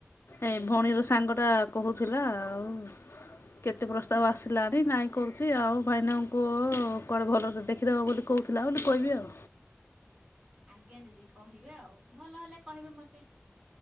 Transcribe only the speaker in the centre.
ଆଜ୍ଞା ଦିଦି କହିବେ ଆଉ ଭଲ ହେଲେ କହିବେ ମତେ।